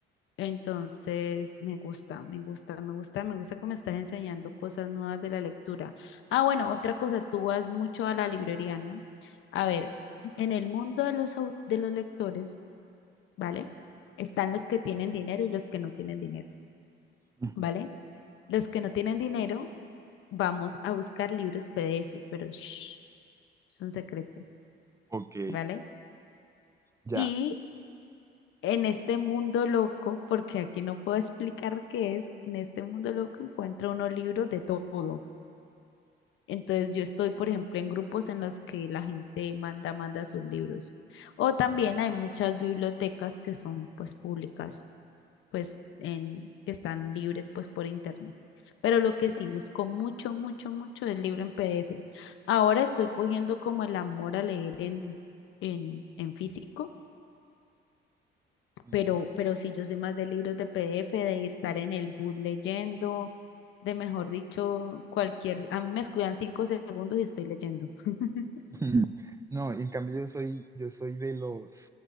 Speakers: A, on the left; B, on the right.
A: Entonces, me gusta, me gusta, me gusta, me gusta que me estás enseñando cosas nuevas de la lectura. Ah, bueno, otra cosa, tú vas mucho a la librería, ¿no? A ver, en el mundo de los, au- de los lectores, ¿vale? Están los que tienen dinero y los que no tienen dinero,
B: <laughs>
A: ¿vale? Los que no tienen dinero vamos a buscar libros PDF, pero shh, es un secreto,
B: Ok.
A: ¿vale?
B: Ya.
A: Y en este mundo loco, porque aquí no puedo explicar qué es, en este mundo loco encuentra uno libro de todo. Entonces yo estoy, por ejemplo, en grupos en los que la gente manda, manda sus libros. O también hay muchas bibliotecas que son pues públicas pues en, que están libres pues por internet. Pero lo que sí busco mucho, mucho, mucho es libro en PDF. Ahora estoy cogiendo como el amor a leer en, en, en físico,
B: Ujú.
A: pero, pero sí yo soy más de libros de PDF, de estar en el bus leyendo, de mejor dicho, cualquier, a mí me escudan cinco segundos y estoy leyendo. <laughs>
B: <laughs> No, y en cambio yo soy, yo soy de los,